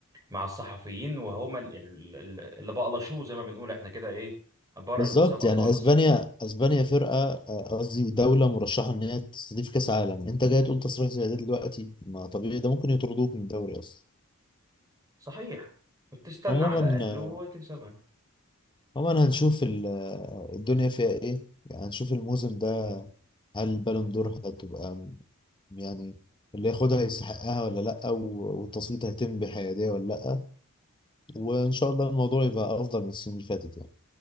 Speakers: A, on the right; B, on the left.
A: مع الصحفيين وهما ال- ال- ال- اللي بقلشوه زي ما بنقول احنا كده ايه بره
B: بالظبط
A: المسابقة
B: يعني
A: خالص
B: اسبانيا اسبانيا فرقة آه، قصدي دولة مرشحة ان هي تستضيف كاس عالم انت جاي تقول تصريح زي ده دلوقتي ما طبيعي ده ممكن يطردوك من الدوري اصلا
A: صحيح كنت تستنى
B: عموما
A: على الأقل
B: آه،
A: وتكسبها
B: عموما هنشوف ال- آه، الدنيا فيها ايه يعني هنشوف الموسم ده هل البالون دور هتبقى م- يعني اللي ياخدها يستحقها ولا لا و- والتصويت هيتم بحيادية ولا لا وإن شاء الله الموضوع يبقى أفضل من السنين اللي فاتت يعني